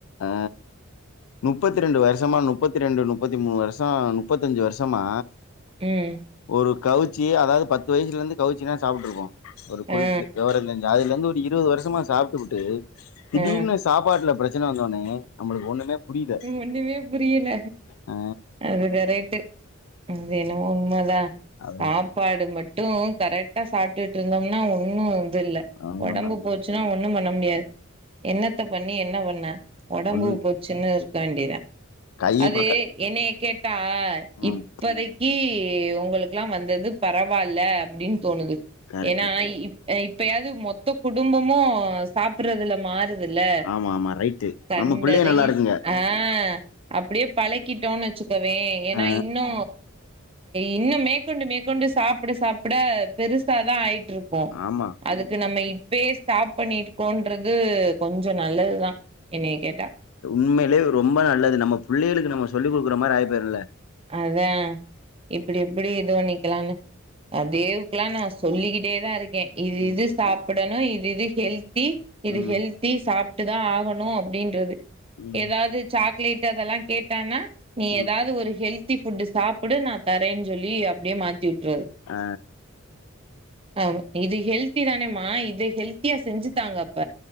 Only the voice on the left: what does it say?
ஆ நுப்பத்தி ரெண்டு வருஷமா நுப்பத்தி ரெண்டு நுப்பத்தி மூணு வருஷோ நுப்பத்தி அஞ்சு வருஷமா
ஒரு கவுச்சி அதாது பத்து வயசுல இருந்து கவுச்சினா சாப்ட்டு இருப்போ ஒரு குறிப்பிட்ட
வெவர தெரிஞ்ச அதுல இருந்து ஒரு இருவது வருஷமா சாப்டுபுட்டு திடீர்னு
சாப்பாட்ல பிரச்சன வந்த உன்னே நம்மளுக் ஒண்ணுமே புரியல
ஆ
அது
ஒன்னு
பண்ணல
ஒன்
கை
பக்க
ம்
கரெக்ட்டு
ஆமா ஆமா ரைட்டு
நம்ம புள்ளைக
நல்லா இருக்குங்க
ஆ
ஆமா
உண்மையிலே ரொம்ப நல்லது நம்ம புள்ளைகளுக்கு நம்ம சொல்லி குடுக்குற மாரி ஆயி போயிருல
ம்
ம்
ம்
ம்
ஆ